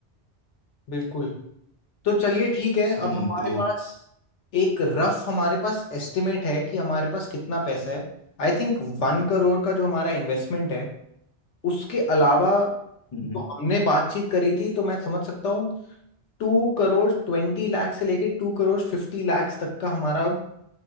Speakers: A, on the left; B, on the left.
A: बिल्कुल तो चलिए ठीक है अब
B: हम्म
A: हमारे
B: तो
A: पास एक रफ हमारे पास एस्टिमेट है कि हमारे पास कितना पैसा है आई थिंक वन करोड़ का जो हमारा इन्वेस्टमेंट है उसके अलावा
B: हम्म
A: जो
B: हम्म,
A: हमने बातचीत करी थी तो मैं समझ सकता हूँ टू करोड़ ट्वेंटी लाख से लेके टू करोड़ फिफ्टी लाख तक का हमारा अब